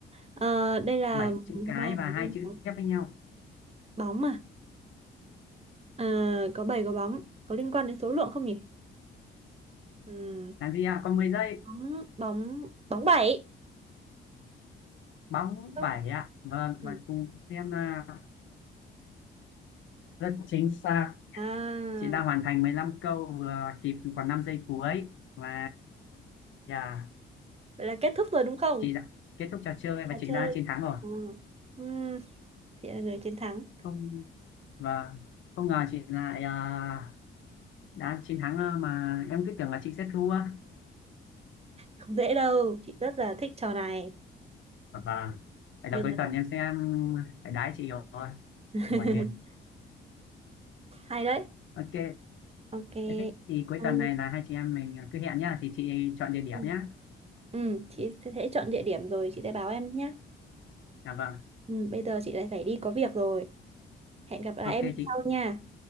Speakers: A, on the right; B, on the left.
A: Ờ, đây là
B: Bảy chữ cái
A: ba bốn
B: và hai
A: năm
B: chữ
A: sáu
B: ghép với nhau.
A: bóng mà. Ờ, có 7 có bóng. Có liên quan đến số lượng không nhỉ? Ừm,
B: Là gì ạ? Còn 10 giây.
A: Bóng, bóng, bóng bảy
B: Bóng
A: Không.
B: bảy ạ. Vâng,
A: Ừ.
B: và cùng xem là rất chính xác.
A: À,
B: Chị đã hoàn thành 15 câu vừa kịp còn 5 giây cuối. Và yeah,
A: vậy là kết thúc rồi đúng không?
B: chị đã kết thúc trò chơi
A: Trò
B: và chị
A: chơi.
B: đã chiến thắng rồi.
A: À. ừm, chị là người chiến thắng.
B: Không và không ngờ chị lại à, đã chiến thắng à, mà em cứ tưởng là chị sẽ thua.
A: Không dễ đâu. Chị rất là thích trò này.
B: Và và vậy
A: Bây
B: là
A: giờ
B: cuối tuần em sẽ phải đái chị rồi
A: <laughs>
B: buồn đi
A: hay đấy.
B: ok thế
A: Ok.
B: thế thì cuối
A: Ờ,
B: tuần này là hai chị em mình cứ hẹn nhá thì chị chọn địa điểm
A: Ừ.
B: nhá
A: Ừ, chị sẽ chọn địa điểm rồi chị sẽ báo em nhé.
B: dạ vâng
A: Ừ, bây giờ chị lại phải đi có việc rồi. Hẹn gặp lại
B: ok
A: em
B: chị
A: sau nha.